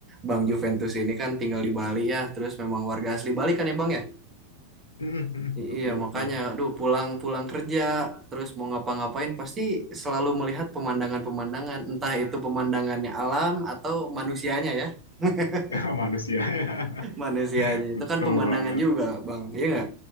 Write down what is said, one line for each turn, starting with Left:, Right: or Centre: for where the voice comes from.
Right: Bang Juventus ini kan tinggal di Bali ya, terus memang warga asli Bali kan ya Bang ya?
Left: <laughs>
Right: I-
Left: Betul
Right: Iya, makanya,
Left: betul. <laughs>
Right: aduh, pulang-pulang kerja, terus mau ngapa-ngapain, pasti selalu melihat pemandangan-pemandangan, entah itu pemandangannya alam atau manusianya ya. <laughs>
Left: Ya, Manusia. <laughs>
Right: Manusianya itu
Left: Betul
Right: kan pemandangan
Left: banget.
Right: juga, Bang. Iya nggak?